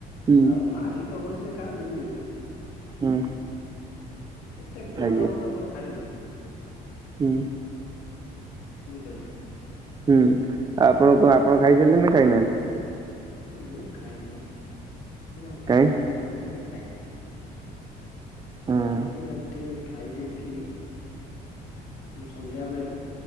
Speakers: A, on the right; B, on the left.
A: ହୁଁ।
B: ଆଉ ମାରିକି ଅବଶ୍ୟ ଖାନ୍ତିୁ
A: ହୁଁ
B: ଏତେ କୁଆଡେ
A: ଆଜ୍ଞା
B: ହବ ତ ଆପଣ ଖାଇବେ?
A: ହୁଁ
B: ବୁଝିପାରିଲେ।
A: ହୁଁ ଆଉ ଆପଣ କଣ ଆପଣ ଖାଇସାରିଲେ ନା ଖାଇନାହାନ୍ତି?
B: ଆ ମୁଁ ଖାଇନି। ମୁଁ ଆଉ କିଛି
A: କାଇଁ
B: ସମୟ ମଧ୍ୟରେ ଖାଇବି,
A: ହୁଁ
B: କାହିଁକି ଆଜି ଟିକେ ଖାଇ ଦେଇଥିଲି ସନ୍ଧ୍ୟା ବେଳେ